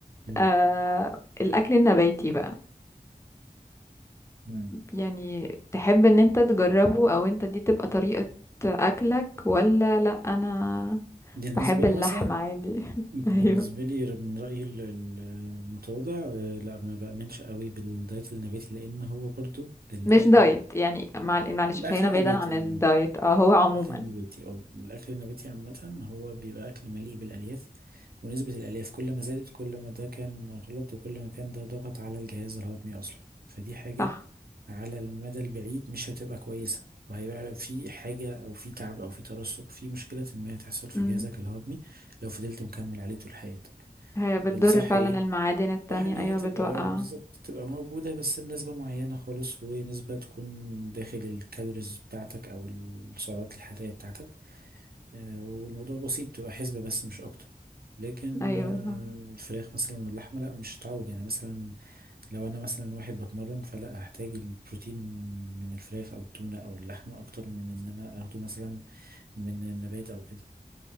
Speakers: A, on the right (about 75°); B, on the left (about 15°).
A: مم.
B: آه الاكل النباتي بقى
A: مم.
B: يعني تحب ان انت تجربه او انت دي تبقى طريقة اكلك ولا لا انا
A: دي بالنسبة
B: بحب
A: لي
B: اللحمة
A: مثلا
B: عادي <laughs>
A: بالنسبة
B: ايوه
A: لي من رأيي ال- ال- المتواضع آه، لا ما بأمنش قوي بالدايت النباتي لأن هو برضو الأكل
B: مش دايت يعني معل- معلش
A: الأكل
B: خلينا
A: النباتي
B: بعيدا عن الدايت
A: يعني
B: اه هو عموما
A: الأكل النباتي أو الأكل النباتي عامة هو بيبقى أكل مليء بالألياف ونسبة الألياف كل ما زادت كل ما ده كان غلط وكل ما كان ده ضغط على الجهاز الهضمي أصلا فدي حاجة
B: صح
A: على المدى البعيد مش هتبقى كويسة وهيبقى في حاجة أو في تعب أو في ترسب في مشكلة ما هتحصل في
B: مم.
A: جهازك الهضمي لو فضلت مكمل عليه طول حياتك
B: هي بتضر
A: الصح
B: فعلا
A: إيه؟
B: المعادن التانية
A: صح ان هي
B: ايوه
A: تبقى
B: بتوقع
A: بالظبط تبقى موجودة بس بنسبة معينة خالص ونسبة تكون داخل الكالوريز بتاعتك او السعرات الحرارية بتاعتك آه، والموضوع بسيط تبقى حسبة بس مش اكتر لكن
B: ايوه
A: آه،
B: صح.
A: الفراخ مثلا واللحمة لا مش هتعود يعني مثلا لو انا مثلا واحد بتمرن فلا هحتاج البروتين من الفراخ او التونة او اللحمة اكتر من ان انا اخده مثلا من النبات او كده